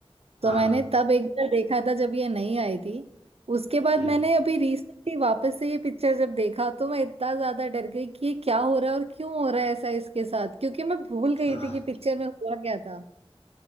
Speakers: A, on the right (about 70°); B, on the left (about 80°).
A: तो
B: हाँ
A: मैंने तब एक बार देखा था जब ये नहीं आई थी उसके बाद
B: हम्म,
A: मैंने अभी रिसेंटली वापस से ये पिक्चर जब देखा तो मैं इतना ज्यादा डर गई कि ये क्या हो रहा है और क्यों हो रहा है ऐसा इसके साथ क्योंकि मैं भूल गई
B: हाँ
A: थी कि पिक्चर में हुआ क्या था